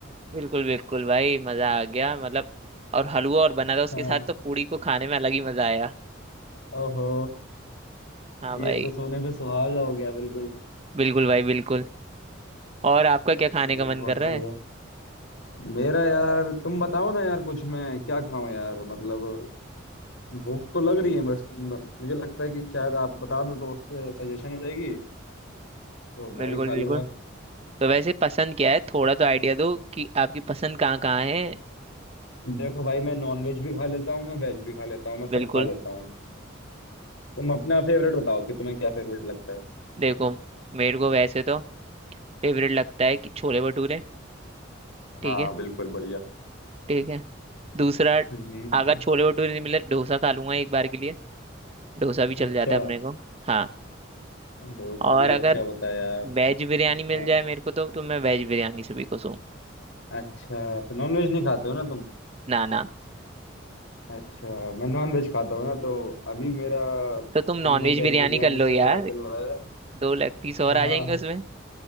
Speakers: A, on the right (about 30°); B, on the left (about 80°).
A: बिल्कुल बिल्कुल भाई मजा आ गया मतलब और हलवा और बना था उसके
B: हाँ
A: साथ तो पूरी को खाने में अलग ही मजा आया
B: ओहो
A: हाँ भाई
B: ये तो सोने पे सुहागा हो गया बिल्कुल
A: बिल्कुल भाई बिल्कुल और आपका क्या खाने
B: तो
A: का मन
B: बहुत
A: कर रहा
B: बढ़िया
A: है
B: मेरा यार तुम बताओ ना यार कुछ मैं क्या खाऊं यार मतलब भूख तो लग रही है बस म- मुझे लगता है कि शायद आप बता दो तो उससे सजेशन हो जाएगी तो मैं
A: बिल्कुल
B: भी खा लूंगा
A: बिल्कुल तो वैसे पसंद क्या है थोड़ा तो आइडिया दो कि आपकी पसंद कहाँ कहाँ है
B: देखो भाई मैं नॉन वेज भी खा लेता हूँ मैं वेज भी खा लेता हूँ मैं सब
A: बिल्कुल
B: खा लेता हूँ तुम अपना फेवरेट बताओ कि तुम्हें क्या फेवरेट लगता है
A: देखो मेरे को वैसे तो फेवरेट लगता है कि छोले भटूरे
B: हाँ
A: ठीक है
B: बिल्कुल बढ़िया
A: ठीक है दूसरा
B: हम्म
A: अगर
B: हाँ।
A: छोले भटूरे नहीं मिले डोसा खा लूंगा एक बार के लिए डोसा भी चल
B: अच्छा
A: जाता है अपने को हाँ
B: डोसा
A: और
B: भी
A: अगर
B: अच्छा होता है यार
A: वेज बिरयानी मिल
B: हाँ
A: जाए मेरे को तो तो मैं वेज बिरयानी से भी खुश हूँ
B: अच्छा तो नॉन वेज नहीं खाते हो ना तुम
A: ना ना
B: अच्छा मैं नॉन वेज खाता हूँ ना तो अभी मेरा
A: तो तुम नॉन
B: तुमने
A: वेज
B: वेज
A: बिरयानी
B: बिरयानी
A: कर लो
B: से
A: यार
B: याद दिलवाया
A: दो लेग पीस और
B: हाँ
A: आ
B: हाँ
A: जाएंगे उसमें